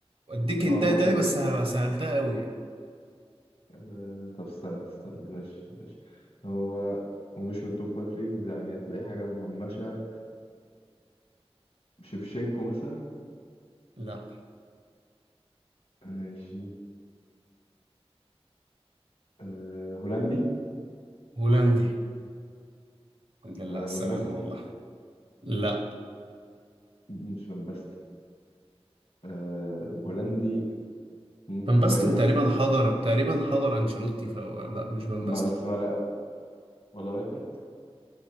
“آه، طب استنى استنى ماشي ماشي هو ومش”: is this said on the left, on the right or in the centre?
Left